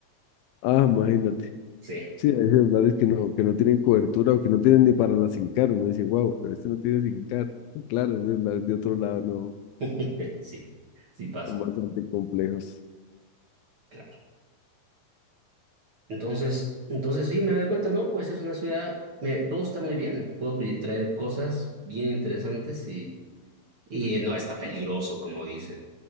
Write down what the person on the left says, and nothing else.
Ah, imagínate.
Sí, hay celulares que no, que no tienen cobertura o que no tienen ni para la SIM card. Uno dice, wow, pero este no tiene SIM card. Y Claro, esos celulares de otro lado no
son bastante complejos.